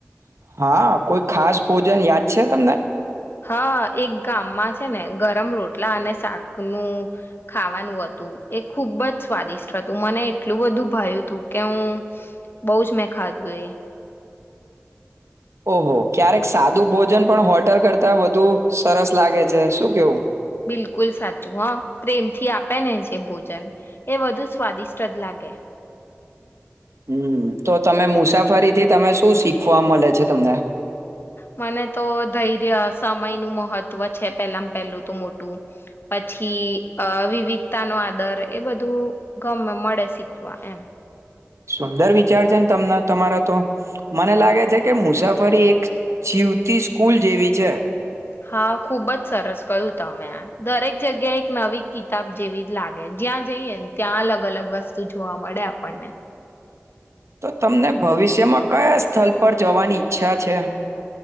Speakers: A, on the right; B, on the left.
A: હા કોઈ ખાસ ભોજન યાદ છે તમને
B: હા એક ગામમાં છે ને ગરમ રોટલા અને શાકનુંું ખાવાનું હતું એ ખુબ જ સ્વાદિષ્ટ હતું મને એટલું બધું ભાવ્યું હતું કે હું બહ જ મેં ખાધું એ
A: ઓહો ક્યારેક સાદું ભોજન પણ હોટલ કરતા વધુ સરસ લાગે છે શું કેવું
B: બિલકુલ સાચું હ પ્રેમથી આપે ને જે ભોજન એ વધુ સ્વાદિષ્ટ જ લાગે
A: હમ તો તમે મુસાફરીથી તમે શું શીખવા મળે છે તમને
B: મને તો ધૈર્ય સમયનુંું મહત્વ છે પેલામાં પેલું તો મોટું પછી વિવિધતા નો આદર એ બધું ગમે મળે શીખવા એમ
A: સુંદર વિચાર છે ને તને તમારા તો મને લાગે છે કે મુસાફરી એક જીવતી સ્કૂલ જેવી છે
B: હા ખુબ જ સરસ કયું તમે દરેક જગ્યા એક નવી કિતાબ જેવી જ લાગે જ્યાં જઈએને ત્યાં અલગ અલગ વસ્તુ જોવા મળે આપણને
A: તો તમને ભવિષ્યમાં કયા સ્થળ પર જવાની ઈચ્છા છે